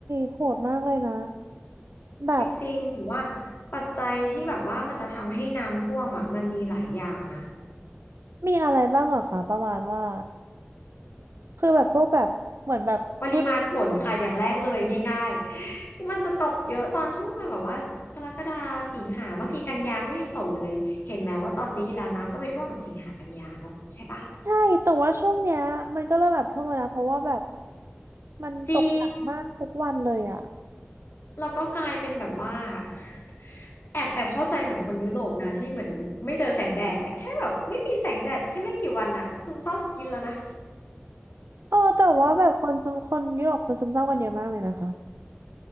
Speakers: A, on the right (about 70°); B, on the left (about 55°).
A: โหดมากเลยนะแบบ
B: จริงๆแต่ว่าปัจจัยที่แบบว่ามันจะทำให้น้ำท่วมอ่ะมันมีหลายอย่างนะ
A: มีอะไรบ้างเหรอคะประมาณว่าคือแบบพวกแบบเหมือนแบบพื้นที่
B: ปริมาณฝนค่ะอย่างแรกเลยง่ายๆก็มันจะตกเยอะตอนช่วงประมันแบบว่ากรกฎาสิงหาบางทีกันยาก็ยังตกอยู่เลยเห็นไหมว่าตอนปีที่แล้วน้ำก็ไปท่วมแบบสิงหากันยาเนาะใช่ปะ
A: ใช่แต่ว่าช่วงเนี้ยมันก็เริ่มแบบท่วมแล้วนะเพราะว่าแบบมันตกหนักมากทุกวันเลยอ่ะ
B: จริงเราก็กลายเป็นแบบว่า <laughs> แอบแอบเข้าใจเหมือนคนยุโรปนะที่เหมือนไม่เจอแสงแดดอะแค่แบบไม่มีแสงแดดแค่ไม่กี่วันอะซึมเศร้าจะกินแล้วนะ
A: เออแต่ว่าแบบคนซึมคนยุโรปคนซึมเศร้ากันเยอะมากเลยนะคะ